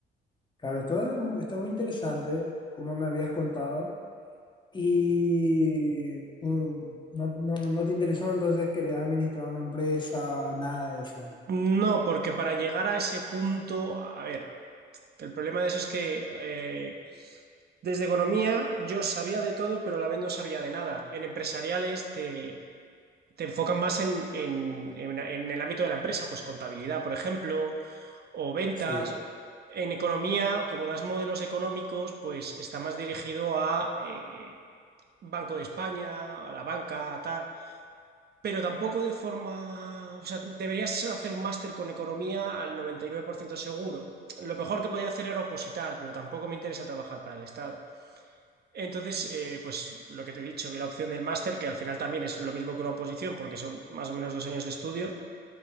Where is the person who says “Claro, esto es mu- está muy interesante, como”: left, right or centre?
Left